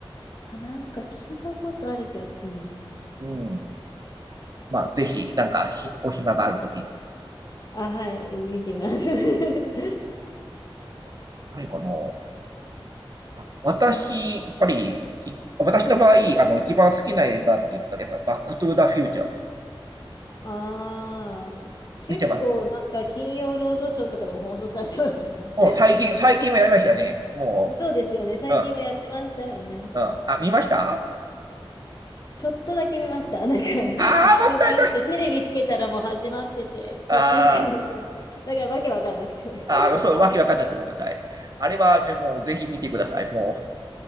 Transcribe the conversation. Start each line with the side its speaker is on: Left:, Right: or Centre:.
Left: あ、なんか聞いたことある気がする。
Right: うん。まあ、ぜひ、なんか、ひお暇がある時に。
Left: あ、はい、見てみます。<laughs>
Right: うん何かなあ私、やっぱり、い私の場合、あの、一番好きな映画って言ったら、やっぱりバックトゥーザフューチャーです。
Left: ああ、結構なんか金曜ロードショーとかでも放送されてますよね。
Right: 見てます。もう最近、最近はやりましたね。も
Left: <laughs> そうですよね。最近もやってましたよね。
Right: う、うん、うん。あ、見ましたあ
Left: ちょっとだけ見ました。<laughs> なんか、
Right: あー、
Left: 時間があって、
Right: もったいない。
Left: テレビつけたらもう始まってて、
Right: ああ。
Left: 途中から見ました。<laughs> だからわけわかんなくて。
Right: あ、そう、わけわかんないと思うください。あれはね、もうぜひ見てください。もう、